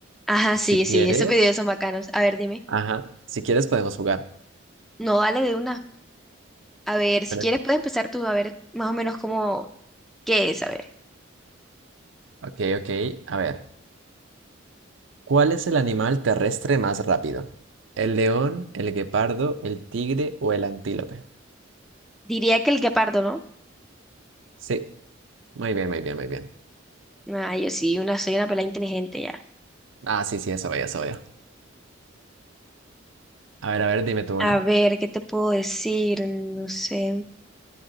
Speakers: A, in the centre; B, on the right.
A: Ajá,
B: Si
A: sí,
B: quieres,
A: sí, esos videos son bacanos. A ver, dime.
B: ajá, si quieres podemos jugar.
A: No, dale de una. A ver, si
B: Pero-
A: quieres puedes empezar tú a ver más o menos cómo, qué es, a ver.
B: Ok, ok, a ver. ¿Cuál es el animal terrestre más rápido? ¿El león, el guepardo, el tigre o el antílope?
A: Diría que el guepardo, ¿no?
B: Sí, muy bien, muy bien, muy bien.
A: Ah, yo sí, una, soy una pelada inteligente ya.
B: Ah, sí, sí, eso veo, eso veo. A ver, a ver, dime tú
A: A
B: una.
A: ver, ¿qué te puedo decir? No sé.